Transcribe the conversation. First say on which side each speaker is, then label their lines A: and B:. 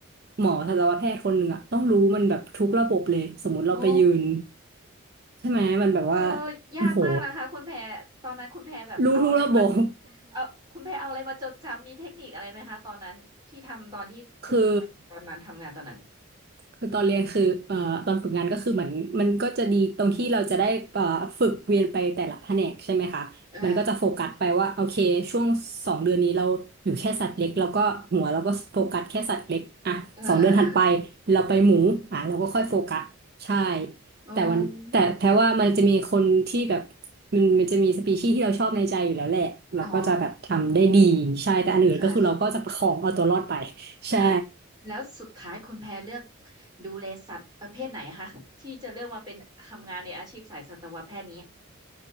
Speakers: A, on the right (about 45°); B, on the right (about 20°).
A: หมอทันตวแพทย์คนหนึ่งอะต้องรู้มันแบบทุกระบบเลยสมมติเราไปยืน
B: อ๋อ
A: ใช่ไหมมันแบบว่า
B: เออยากมากนะคะคุณแพรตอนนั้นคุณแพรแบบเอาอะไรมา
A: โอ้โหรู้ทุกระบบ
B: เอาคุณแพรเอาอะไรมาจดจำมีเทคนิคอะไรไหมคะตอนนั้นที่ทำตอนที่ฝึกงานตอนนั้นทำงานตอนนั้น
A: <laughs> คือ คือตอนเรียนคือเอ่อตอนฝึกงานก็คือเหมือนมันก็จะดีตรงที่เราจะได้เอ่อฝึกเวียนไปแต่ละแผนกใช่ไหมคะมันก็จะโฟกัสไปว่าโอเคช่วงสองเดือนนี้เราอยู่แค่สัตว์เล็กแล้วก็หัวเราก็โฟกัสแค่สัตว์เล็กอ่ะสองเดือนถัดไป
B: ออาเออเออเออ
A: เราไปหมูอ่ะเราก็ค่อยโฟกัสใช่
B: โอ
A: แต่วันแต่แท้ว่ามันจะมีคนที่แบบ
B: ้
A: มันมันจะมีสปีชีส์ที่เราชอบในใจอยู่แล้วแหละเราก็จะแบบทำได้ดีใช่แต่อันอื่นก็คือเราก็จะประคองเอาตัวรอดไป
B: อ๋อค่ะ
A: <laughs> ใช่
B: ค่ะแล้วสุดท้ายคุณแพรเลือกดูแลสัตว์ประเภทไหนคะที่จะเลือกมาเป็นทำงานในอาชีพสายสัตวแพทย์นี้